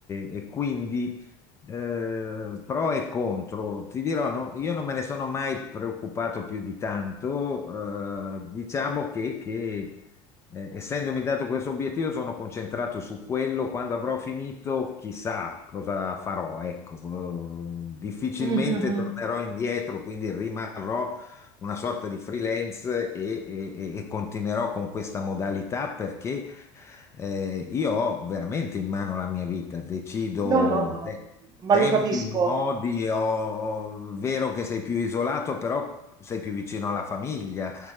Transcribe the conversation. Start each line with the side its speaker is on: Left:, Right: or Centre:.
Left: e- e quindi eh, pro e contro. Ti dirò, no, io non me ne sono mai preoccupato più di tanto. eh, diciamo che, che, eh, essendomi dato questo obiettivo, sono concentrato su quello. Quando avrò finito, chissà cosa farò. Ecco, eh, difficilmente
Right: mhm, mhm.
Left: tornerò indietro, quindi rimarrò una sorta di freelance e, e e- e continuerò con questa modalità perché eh, io ho veramente in mano la mia vita, decido
Right: No, no, no,
Left: te-
Right: ma
Left: tempi,
Right: lo capisco.
Left: modi, ho- vero che sei più isolato, però sei più vicino alla famiglia,